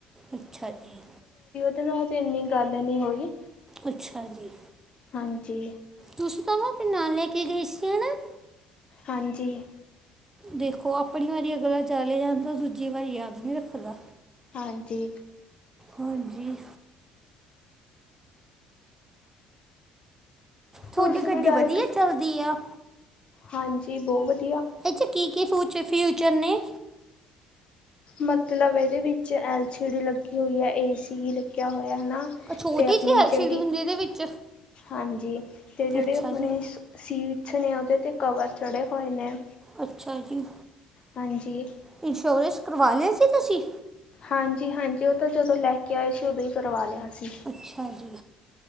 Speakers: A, on the right (about 15°); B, on the left (about 45°).
A: ਅੱਛਾ ਜੀ।
B: ਚਲੋ ਹਜੇ ਇੰਨੀ ਗੱਲ ਨੀ ਹੋਈ।
A: ਅੱਛਾ ਜੀ।
B: ਹਾਂਜੀ।
A: ਤੁਸੀਂ ਤਾ ਓਨੂੰ ਆਪਣੇ ਨਾਲ ਲੈ ਕੇ ਗਈ ਸੀ ਹਨਾ।
B: ਹਾਂਜੀ।
A: ਦੇਖੋ ਆਪਣੀ ਵਾਰੀ ਅਗਲਾ ਚਲੇ ਜਾਂਣਦੇ ਦੂਜੀ ਵਾਰੀ ਯਾਦ ਨਹੀਂ ਰੱਖਦਾ।
B: ਹਾਂਜੀ।
A: ਹਾਂਜੀ। ਤੁਹਾਡੀ
B: ਤੁਸੀਂ
A: ਗੱਡੀ
B: ਵੀ ਡਾਇਟ
A: ਵਧੀਆ ਚੱਲਦੀ ਆ।
B: ਹਾਂਜੀ। ਬਹੁਤ ਵਧੀਆ।
A: ਇਦੇ ਚ ਕੀ- ਕੀ ਫ ਫਿਊਚਰ ਨੇ।
B: ਮਤਲਬ ਇਹਦੇ ਵਿੱਚ ਐਲ ਸੀ ਡੀ ਲੱਗੀ ਹੋਈ ਹੈ, ਏ ਸੀ ਵੀ ਲੱਗਿਆ ਹੋਇਆ। ਹਨਾ।
A: ਛੋਟੀ
B: ਤੇ ਆਪਣੀ
A: ਜੀ ਐਲਸੀਡੀ
B: ਜਿਹੜੀ
A: ਹੁੰਦੀ ਇਹਦੇ ਵਿੱਚ
B: ਹਾਂਜੀ। ਤੇ ਜਿਹੜੇ
A: ਅੱਛਾ
B: ਆਪਣੇ
A: ਜੀ
B: ਸੀਟ ਪੁੱਛ <unintelligible> ਨੇ ਉਹਦੇ ਤੇ ਕਵਰ ਚੜ੍ਹੇ ਹੋਏ ਨੇ।
A: ਅੱਛਾ ਜੀ।
B: ਹਾਂਜੀ
A: ਇੰਸ਼ੋਰੈਂਸ ਕਰਵਾ ਲਿਆ ਸੀ ਤੁਸੀਂ
B: ਹਾਂਜੀ- ਹਾਂਜੀ ਉਹ ਤਾਂ ਜਦੋਂ ਲੈ ਕੇ ਆਏ ਸੀ। ਉਦੋਂ ਹੀ ਕਰਵਾ ਲਿਆ। ਸੀ
A: ਅੱਛਾ ਜੀ।